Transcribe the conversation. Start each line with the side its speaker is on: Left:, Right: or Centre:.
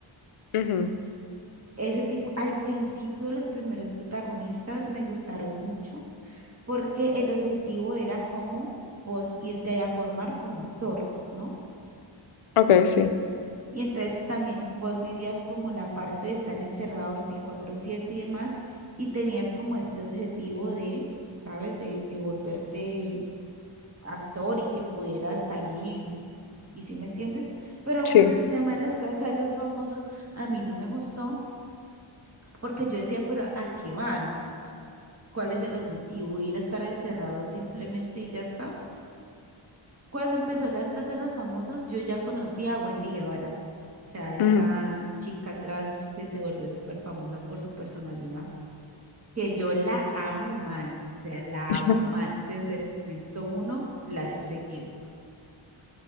Left: Ujú.
Right: ese tipo, al principio los primeros protagonistas me gustaron mucho porque el objetivo era como vos irte a formar como actor, ¿no?
Left: Ok, sí,
Right: Y entonces también vos vivías como la parte de estar encerrado veinticuatro siete y demás, y tenías como este objetivo de, ¿sabes? De, de volverte actor y que pudieras salir y, y ¿sí me entiendes? Pero
Left: sí.
Right: con el tema de las casas de los famosos, a mí no me gustó, porque yo decía, pero ¿a qué van? O sea, ¿cuál es el objetivo? ¿Ir a estar encerrado simplemente y ya está? Cuando empezó la Casa de los Famosos, yo ya conocía a Wendy Guevara, o sea, esta
Left: Ujú,
Right: chica trans que se volvió súper famosa por su personalidad, que yo la amo mal, o sea, la
Left: <laughs>
Right: amo mal. Desde el momento uno la he seguido.